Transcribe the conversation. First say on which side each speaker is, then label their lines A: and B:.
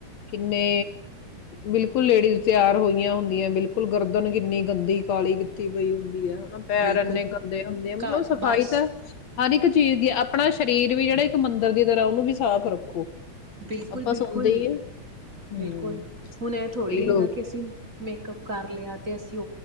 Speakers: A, on the left (about 65°); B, on the right (about 25°).
A: ਕਿੰਨੇ, ਬਿਲਕੁਲ ਲੇਡੀਜ਼ ਤਿਆਰ ਹੋਈਆਂ ਹੁੰਦੀਆਂ ਬਿਲਕੁਲ ਗਰਦਨ ਕਿੰਨੀ ਗੰਦੀ ਕਾਲੀ ਕੀਤੀ ਪਈ ਹੁੰਦੀ। ਹਨਾ। ਪੈਰ
B: ਬਿਲਕੁਲ
A: ਅੰਨੇ ਹੁੰਦੇ ਆ ਮਤ
B: ਘ
A: ਸਫਾਈ
B: ਬਸ
A: ਤਾਂ ਹਰ ਇੱਕ ਚੀਜ਼ ਦੀ ਆਪਣਾ ਸਰੀਰ ਵੀ ਜਿਹੜਾ ਇੱਕ ਮੰਦਿਰ ਦੀ ਤਰ੍ਹਾਂ ਉਹਨੂੰ ਵੀ ਸਾਫ਼ ਰੱਖੋ।
B: ਬਿਲਕੁਲ
A: ਆਪਾਂ
B: -ਬਿਲਕੁਲ
A: ਸੁਣਦੇ ਹੀ ਆ ਹੂੰ
B: -ਬਿਲਕੁਲ ਹੁਣ ਇਹ ਥੋੜ੍ਹੀ
A: ਕਈ ਲੋਕ
B: ਹੈਗਾ ਕਿ ਅਸੀਂ, ਮੇਕਅਪ ਕਰ ਲਿਆ ਤੇ ਅਸੀਂ